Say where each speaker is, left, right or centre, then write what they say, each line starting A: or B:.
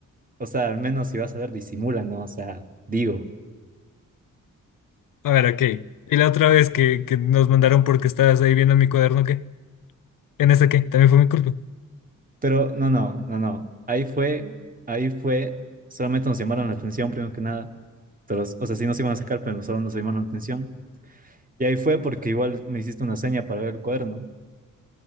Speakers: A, on the right (about 25°); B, on the left (about 80°).
A: O sea, al menos si vas a ver, disimula, ¿no? O sea, digo.
B: A ver, ok. Y la otra vez que, que nos mandaron porque estabas ahí viendo mi cuaderno, ¿qué? ¿En esa qué? También fue mi culpa.
A: Pero no, no, no, no. Ahí fue, ahí fue, solamente nos llamaron la atención, primero que nada. Pero, o sea, sí nos iban a sacar, pero solo nos llamaron la atención. Y ahí fue porque igual me hiciste una seña para ver el cuerno.